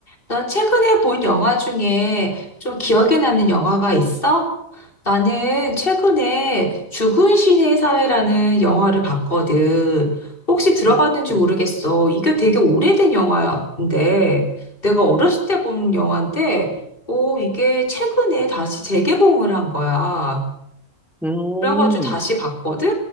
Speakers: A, on the left (about 35°); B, in the centre.
A: 넌 최근에 본 영화 중에 좀 기억에 남는 영화가 있어? 나는 최근에 죽은 신의 사회라는 영화를 봤거든. 혹시 들어봤는지
B: 음, 음,
A: 모르겠어. 이게 되게 오래된 영화인데, 내가 어렸을 때 본 영화인데, 오, 이게 최근에 다시 재개봉을 한 거야.
B: 음,
A: 그래가지고 다시 봤거든?